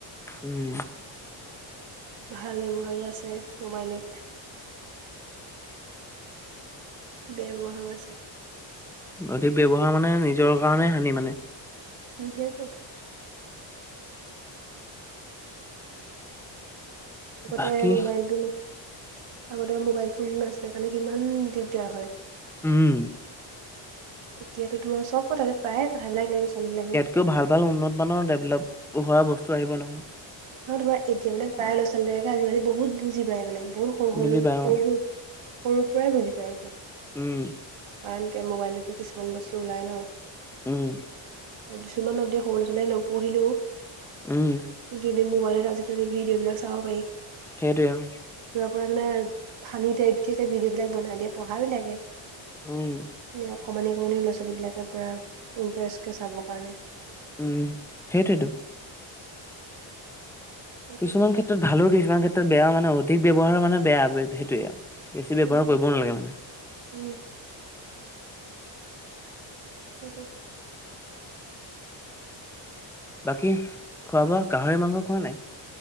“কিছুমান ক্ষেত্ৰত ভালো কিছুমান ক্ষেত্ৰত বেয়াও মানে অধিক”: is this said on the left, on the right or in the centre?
Centre